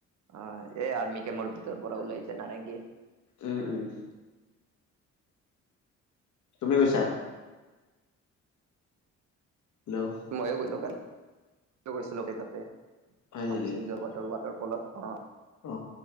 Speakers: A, on the right; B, on the left.
A: অ', এই আৰ্মি কেমৰ ভিতৰ পৰা ওলাইছে, নাৰেংগীৰ।
B: উম্ উম্ তুমি গৈছাঁ। হেল্ল'
A: মইয়ো গলোঁ কালি। গৈছিলোই তাতে,
B: হয় নেকি
A: আমচিং যোৱা বাটৰ ৱাটাৰ ফলত অ',
B: অ